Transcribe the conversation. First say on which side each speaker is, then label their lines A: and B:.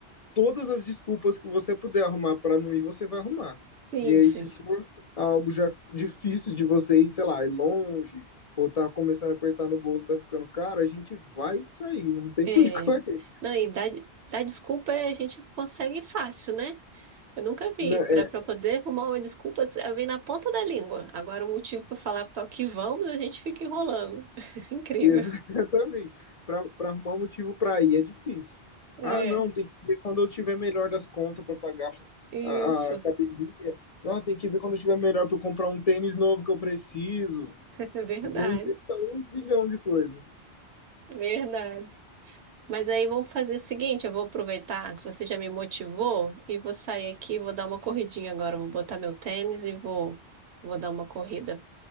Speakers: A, on the left; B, on the right.
A: todas as desculpas que você puder arrumar para não ir, você vai arrumar.
B: Sim,
A: E aí,
B: sim.
A: se for algo já difícil de você ir, sei lá, ir longe, ou tá começando a apertar no bolso, tá ficando caro, a gente vai sair, não tem
B: É.
A: por onde <laughs> correr.
B: Não, e dar, dar desculpa é- a gente consegue fácil, né? Eu nunca vi.
A: Né?
B: Para
A: É,
B: para poder arrumar uma desculpa, eh, vem na ponta da língua. Agora, o motivo para falar para o que vamos, a gente fica enrolando. <laughs> Incrível.
A: exatamente. Para arrumar um motivo para ir é difícil.
B: É,
A: Ah, não, tem que ver quando eu tiver melhor das contas para pagar
B: isso.
A: a, a academia.
B: <laughs>
A: Não, tem que ver quando eu tiver melhor para comprar um tênis novo que eu preciso.
B: É verdade.
A: E aí, inventa um zilhão de coisas.
B: É verdade. Mas aí vamos fazer o seguinte, eu vou aproveitar que você já me motivou e vou sair aqui, vou dar uma corridinha agora, vou botar meu tênis e vou vou dar uma corrida,